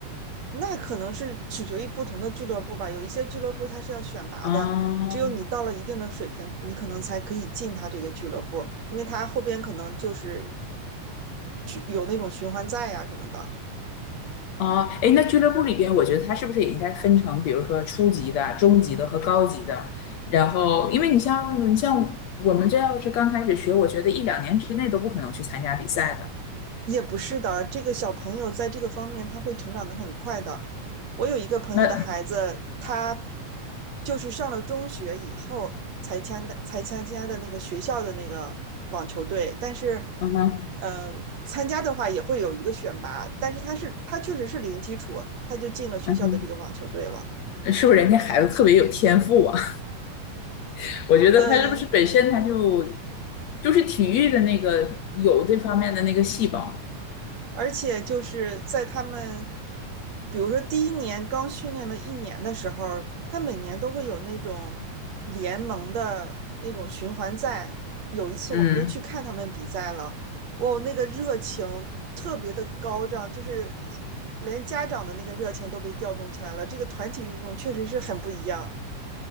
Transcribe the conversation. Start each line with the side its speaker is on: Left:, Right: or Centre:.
Right: 那可能是取决于不同的俱乐部吧，有一些俱乐部它是要选拔的。
Left: 啊。
Right: 只有你到了一定的水平，你可能才可以进他这个俱乐部，因为他后边可能就是有那种循环赛呀、什么的。
Left: 啊，哎，那俱乐部里边，我觉得他是不是也应该分成，比如说初级的、中级的和高级的？然后，因为你像你像我们这要是刚开始学，我觉得一两年之内都不可能去参加比赛的。
Right: 也不是的，这个小朋友在这个方面他会成长的很快的。我有一个朋友的孩子，
Left: 那，
Right: 他就是上了中学以后才参的，才参加的那个学校的那个网球队，但是，
Left: 嗯哼，
Right: 呃，参加的话也会有一个选拔，但是他是他确实是零基础，他就进了学校的这个网球队了。
Left: 嗯哼，是不是人家孩子特别有天赋啊？<laughs> 我觉得他是不是本身他就
Right: 嗯、呃
Left: 就是体育的那个有这方面的那个细胞？
Right: 而且就是在他们，比如说第一年刚训练了一年的时候，他每年都会有那种联盟的那种循环赛。有一次我们就去看他们比赛了，
Left: 嗯
Right: 哦，那个热情特别的高涨，就是连家长的那个热情都被调动起来了。这个团体运动确实是很不一样，